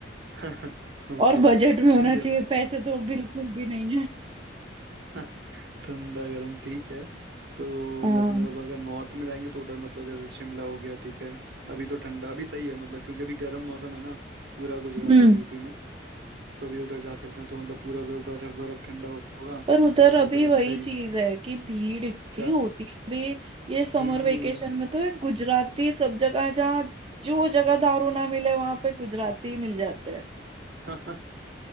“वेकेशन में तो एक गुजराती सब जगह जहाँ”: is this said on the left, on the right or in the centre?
Right